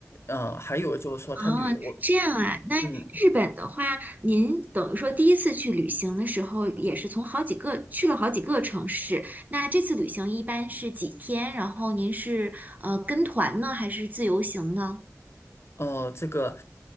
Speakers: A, on the left; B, on the right.
A: 嗯、还有就是说它旅游，
B: 哦，这样啊。那日本的话，
A: 嗯。
B: 您等于说第一次去旅行的时候，也是从好几个去了好几个城市。那这次旅行一般是几天？然后您是呃跟团呢，还是自由行呢？
A: 哦，这个，